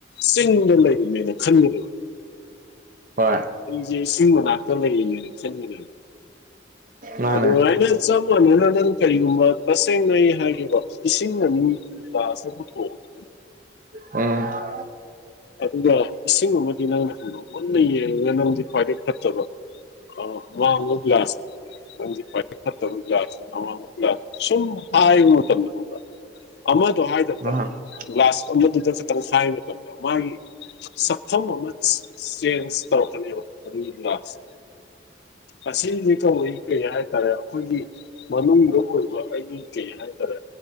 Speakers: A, on the left; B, on the right.
A: ꯆꯤꯡꯗ ꯂꯩꯔꯤꯅꯦꯅ ꯈꯟꯕꯅꯦꯕ
B: ꯍꯣꯏ
A: ꯏꯁꯤꯡ ꯃꯅꯥꯛꯇ ꯂꯩꯌꯦꯅꯦꯅ ꯈꯟꯃꯤꯗ
B: ꯃꯥꯅꯦ
A: ꯑꯗꯨ ꯑꯩꯅ ꯆꯞ ꯃꯥꯟꯅꯅ ꯅꯪ ꯀꯔꯤꯒꯨꯝꯕ ꯇꯁꯦꯡꯅꯩ ꯍꯥꯏꯒꯦꯕ ꯏꯁꯤꯡ ꯑꯅꯤ ꯒ꯭ꯂꯥꯁ ꯄꯨꯊꯣꯛꯑꯣ
B: ꯎꯝ
A: ꯑꯗꯨꯒ ꯏꯁꯤꯡ ꯑꯃꯗꯤ ꯅꯪꯅꯪ ꯃꯨꯟꯅ ꯌꯦꯡꯉꯒ ꯅꯪꯖꯤ ꯈ꯭ꯋꯥꯏꯗꯒꯤ ꯐꯠꯇꯕ ꯑꯣ ꯋꯥ ꯃꯗꯨꯥꯁ <unintelligible> ꯠꯇꯃ ꯁ ꯍꯥꯏꯥꯏꯝ ꯈ <unintelligible> ꯑꯃꯗꫭ ꯍꯥꯏ
B: ꯃꯥ <unintelligible>
A: ꯒ꯭ꯂꯥꯁ ꯑꯃꯗꯨꯗ ꯈꯛꯇꯪ ꯍꯥꯏ ꯃꯇꯝꯗ ꯃꯥꯒꯤ ꯁꯛꯐꯝ ꯑꯃ ꯆ‌ꯦꯟꯁ ꯇꯧꯔꯛꯀꯅ‌ꯦꯕ ꯑꯗꯨꯒꯤ ꯒꯤꯂꯁꯇ‌ꫭ ꯑꯁꯤꯖꯤ ꯀꯩꯋꯤ ꯀꯍ <unintelligible> ꯍꯥꯏꯇꯥꯔꯦ ꯑꯩꯈꯣꯏꯒꯤ ꯃꯅꯨꯡꯗ ꯑꯣꯏꯕ ꯑꯩꯒꯤ ꯀꯩ ꯍꯥꯏꯇꯥꯔꯦ